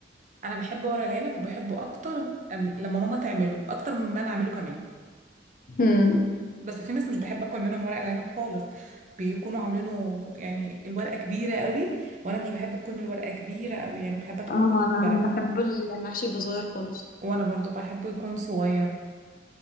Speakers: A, on the right; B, on the left.
A: أنا بحب ورق العنب وبحبه أكتر أم- لما ماما تعمله أكتر مما أنا أعمله كمان
B: امم
A: بس في ناس مش بحب اكل منهم ورق العنب خالص بيكونوا عاملينه يعني الورقه كبيره قوي وانا مش بحب تكون الورقه كبيره قوي يعني بحبها تكون
B: اه انا
A: صغيره
B: أنا بحب المحشي بصغير خالص
A: وانا برضو بحبه يكون صغير